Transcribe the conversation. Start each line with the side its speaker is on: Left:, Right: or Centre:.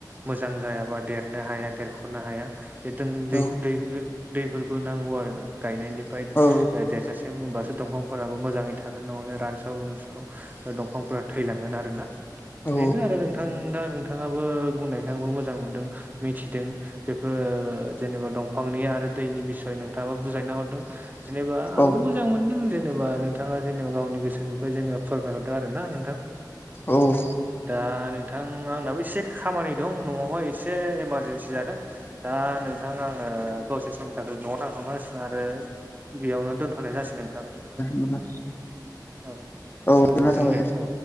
Right: मोजां जाया बा देरनो हाया देरख'नो हाया। बे दों दै
Left: औ
Right: दैबो दैफोरबो नांगौ आरो ना गायनायनिफ्राय ओ
Left: औ
Right: देरजासे होनोमबासो दंफांफोराबो मोजांङै थागोन नंङालाय रानसाव रुनसाव दंफांफोरा थैलांगोन आरोना
Left: औ
Right: बेनो आरो नोंथां दा नोंथांङाबो बुंनायखाय आंबो मोजां मोनदों मिथिदों बेफोर जेनेबा दं फांनि आरो दैनि बिसय नोंथांङाबा बुजायना हरदों जेनेबा आंबो
Left: औ
Right: मोजां मोनदों जेनेबा जेनेबा नोंथांङा जेनेबा गावनि गोसोनिफ्राय जेनेबा फोरमायहरदों आरो ना नोंथां।
Left: औ औ
Right: दा नों नोंथां आंनाबो एसे खामानि दं न'आवहाय एसे इमारजेेनसि जादों दा नोंथां आंङो ओ दसे समनि थाखाय न'आव थांथ'नांसिगोन आरो बेयावनो दोनथ'नाय जासिगोन नोंथां।
Left: मोना
Right: औ
Left: औ गोजोननाय
Right: गोजोनथों
Left: थाबाय दे
Right: औ